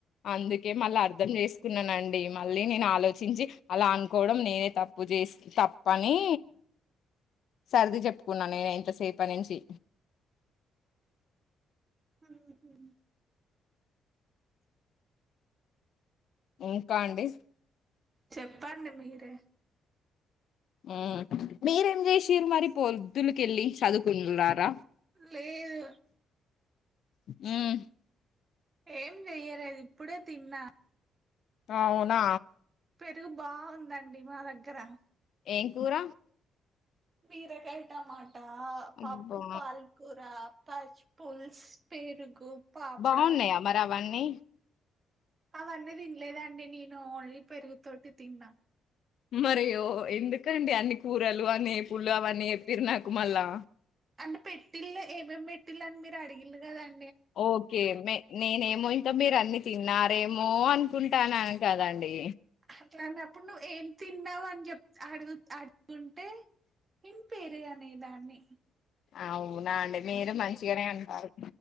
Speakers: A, on the left; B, on the right.
A: అందుకే మళ్ళ అర్థం చేస్కున్నానండి మళ్ళీ నేనే ఆలోచించి అలా అనుకోవడం నేనే తప్పు చెస్ తప్పని సర్ది చెప్పుకున్నా నేను ఇంతసేప నుంచి
B: మ్ హు
A: ఇంకా అండి
B: చెప్పండి మీరే
A: మ్ మీరేం జేశిర్రు మరి పొద్దులకెళ్ళి చదుకున్నరా
B: లేదు
A: మ్
B: ఏం చేయ్యలేద్ ఇప్పుడే తిన్నా
A: అవునా
B: పెరుగు బాగుందండి మా దగ్గర
A: ఏం కూర
B: బీరకాయ్ టమాటా పప్పు
A: అబ్బా
B: పాల్ కూర పచ్చ్ పుల్స్ పెరుగు పాపడాలు
A: బాగున్నాయా మరవన్నీ
B: అవన్నీ తినలేదండి నేను ఓన్లీ పెరుగుతోటి తిన్నా
A: మరి ఒ ఎందుకండి అన్ని కూరలు అన్ని ఎపుల్లు అవన్నీ చేప్పిర్ నాకు మళ్ళా
B: అంటే పెట్టిళ్లే ఏమేం పెట్టిల్న మీరు అడిగిళ్లు గదం
A: ఓకే మీ నేనేమొ ఇంకా మీరన్ న్ని తిన్నారేమొ అనుకుంటాన కదండి
B: ఇట్లాంటప్పుడు నువ్ ఏం తిన్నావ్ అన్ జేప్ అడుగ్ అడుగుంటే నేన్ పేరుగానే దాన్ని
A: అవునా అండి మీరు మంచిగానే ఉంటారు